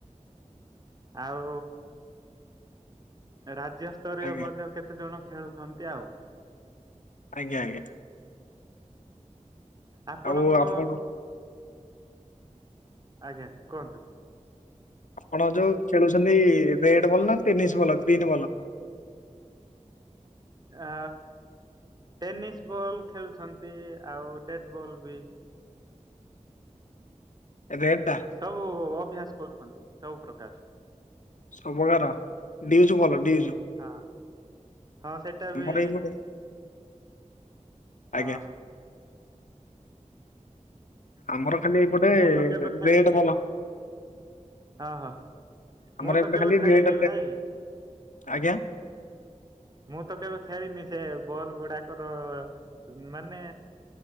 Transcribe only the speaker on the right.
ଆଉ ରାଜ୍ୟସ୍ତରୀୟ
ମଧ୍ୟ କେତେ ଜଣ ଖେଳୁଛନ୍ତି ଆଉ
ଆପଣଙ୍କ
ଆଜ୍ଞା କୁହନ୍ତୁ।
ଆ ଟେନିସ୍ ବଲ୍ ଖେଳୁଛନ୍ତି ଆଉ ଡେଟ ବଲ୍ ବି।
ସବୁ ଅଭ୍ୟାସ କରୁଛନ୍ତି ସବୁ ପ୍ରକାର।
ହଁ ହଁ ସେଇଟା
ବି
ହଁ
ହଁ।
ମୁଁ ତ କେବେ ଖଳିନି।
ହ ହ
ମୁଁ
ତ କେବେ
ଖେଳିନି
ଭାଇ।
ମୁଁ ତ କେବେ ଖେଳିିନି ସେ ବଲ୍ ଗୁଡାକର ମାନେ